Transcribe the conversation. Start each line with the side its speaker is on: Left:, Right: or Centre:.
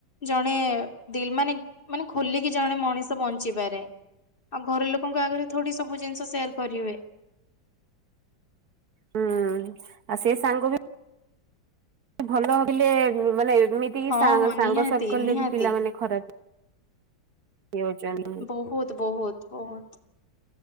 Left: ଜଣେ ଦିଲ୍ ମାନେ ମାନେ ଖୋଲିକି ଜଣେ ମଣିଷ ବଞ୍ଚିପାରେ ଆଉ ଘର ଲୋକଙ୍କ ଆଗରେ ଥଡି ସବୁ ଜିନିଷ ସେୟାର କରିହୁୁଏ
Right: ହୁଁ ଆଉ ସେ ସାଙ୍ଗ ବି ଭଲଥିଲେ ମାନେ ଏମିତିକ
Left: ହଁ ହଁ
Right: ସାଙ୍ଗ
Left: ନିହାତି
Right: ସର୍କଲ
Left: ନିହାତି
Right: ରେ ବି ପିଲାମାନୋନେ ଖରାପ ନିୟୋଜନ
Left: ବହୁତ ବହୁତ ବହୁତ